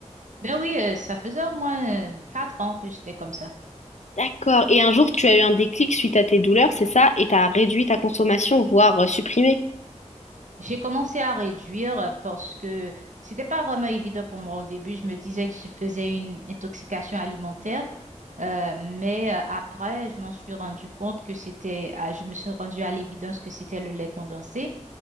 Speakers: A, on the right; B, on the left.
A: Ben oui, euh, ça faisait au moins euh, quatre ans que j'étais comme ça.
B: D'accord. Et un jour, tu as eu un déclic suite à tes douleurs, c'est ça? Et t'as réduit ta consommation, voire euh, supprimé.
A: J'ai commencé à réduire euh, parce que c'était pas vraiment évident pour moi au début. Je me disais que je faisais une intoxication alimentaire, euh, mais euh, après, je m'en suis rendu compte que c'était, ah, je me suis rendu à l'évidence que c'était le lait condensé.